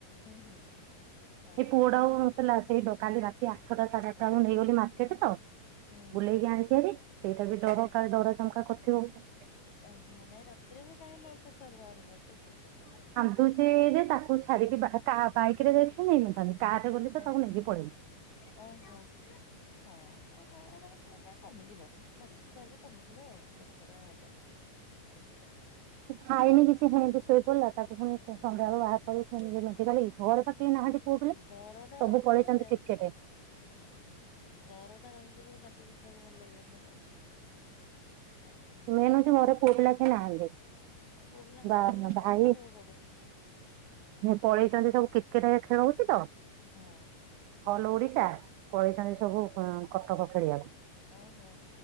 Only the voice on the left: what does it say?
ହୁଁ ବା
ହୁଁ।
ଅହୋ ନାଇଁ ରାତିରେ ବି କାହିଁ ନଉଛ ଛୁଆ ବାହାରକୁ ଏତେ ଛୋଟ ଛୁଆ କୁ?
ହଁ
ଓ ହୋ। ହଁ ଏ କମିଯିବ ମେଡିସିନ ଖାଇଲେ କମିଯିବ ଆଉ ବ୍ୟସ୍ତ କାଈ ହେଉଛ। କମିଯିବ।
ଜର ଟା ରହିଲେ
ଦେ
ଜର ଟା ରହିଲେ ବି ପାଟି କିି କିଛି ଭଲ ଲାଗିବନି ନା। ଖାଇବା।
ଆଉ ପୁଅ ପିଲା ନ
ରହିଲେ
କଣ କରିବ ଘରେ।
ହଁ
ଓ ହୋ